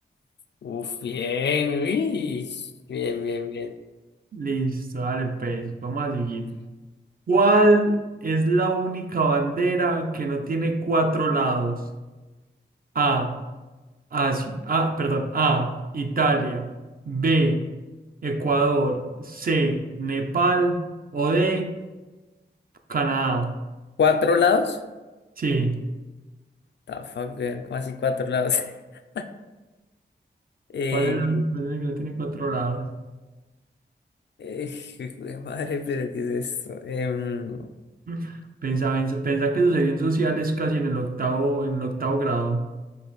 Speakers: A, on the left (about 65°); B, on the right (about 50°).
A: Uf, bien, uish, bien, bien, bien.
B: Listo, dale, pues, vamos a seguir. ¿Cuál es la única bandera que no tiene cuatro lados? A, Asia, ah, perdón, A, Italia, B, Ecuador, C, Nepal o D, Canadá.
A: ¿Cuatro lados?
B: Sí.
A: The fuck, weón, ¿Cómo así cuatro lados? <laughs> Eh,
B: ¿Cuál es la montaña que no tiene cuatro lados?
A: Eh, <laughs> jue madre, pero ¿qué es esto? Em,
B: <laughs> Pensaba, pensaba pensá que sucedió en sociales casi en el octavo, en el octavo grado.